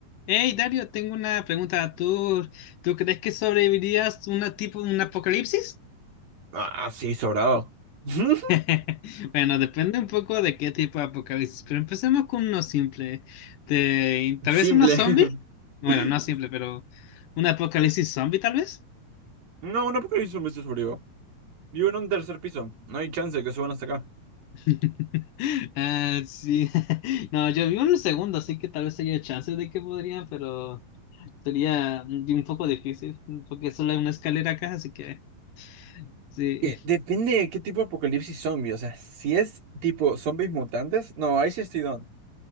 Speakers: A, on the left; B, on the right.
A: Hey Dario, tengo una pregunta. ¿Tú, tú crees que sobrevivirías una tipo un apocalipsis?
B: Ah, sí, sobrado. <laughs>
A: <laughs> Bueno, depende un poco de qué tipo de apocalipsis, pero empecemos con uno simple. Te- tal
B: Simple.
A: vez uno zombie. Bueno,
B: <laughs>
A: no simple, pero un apocalipsis zombie tal vez.
B: No, no porque hizo un vestido sobrevivo. Vivo en un tercer piso. No hay chance de que suban hasta acá.
A: <laughs> Ah, sí. <laughs> No, yo vi uno segundo, así que tal vez haya chances de que podrían, pero sería un un poco difícil, porque solo hay una escalera acá, así que sí.
B: Que depende de qué tipo de apocalipsis zombie. O sea, si es tipo zombies mutantes, no, ahí sí estoy don.